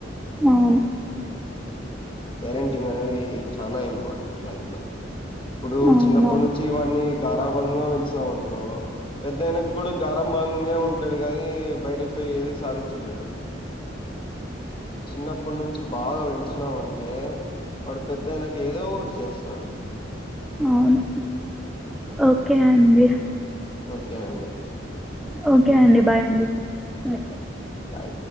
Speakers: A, in the centre; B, on the left.
A: అవును
B: పేరెంటింగ్ అనేది చానా ఇంపార్టెంట్ లైఫ్ లో ఇప్పుడు
A: అవునవును
B: చిన్నప్పటి నుంచి వాన్నీ గారాభంగా పెంచినాం అనుకో పెద్దఐనంక కూడా గారాభంగా ఉంటాడు కానీ బయటకు పోయి ఏది సాధించలేడు చిన్నప్పటి నుంచి బాగా పెంచినాం అంటే వాడు పెద్దయినక ఏదో ఒకటి చేస్తాడు
A: అవును ఓకే అండి
B: ఓకే అండి
A: ఓకే అండి బాయ్ అండి బాయ్
B: బాయ్